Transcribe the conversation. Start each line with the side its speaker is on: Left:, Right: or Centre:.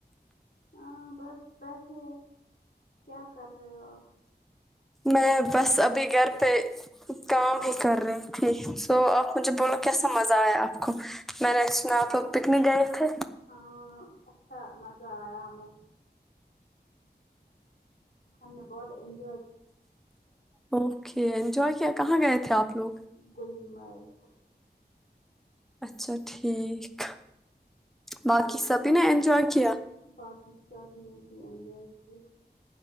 Left: ہاں بس بیس ہی ہے کیا کر رہے ہو آپ
Centre: میں بس ابھی گھر پہ کام ہی کر رہی تھی سو آپ مجھے بوولو کیسا مزہ آیا آپ کو میں نے سنة ہے آپ پکنک گئے تھے
Left: ہاں اچھا مزہ آیا ہمیں ہم نے بہت انج
Centre: اوکے انجوائے کیا کہاں گئے تھے آپ لوگ
Left: گللمرگ
Centre: اچھا ٹھیک باقی
Left: ہاں
Centre: سبھی نے انجوائے کیا
Left: باقی سب نے بھی اینجوائے کیا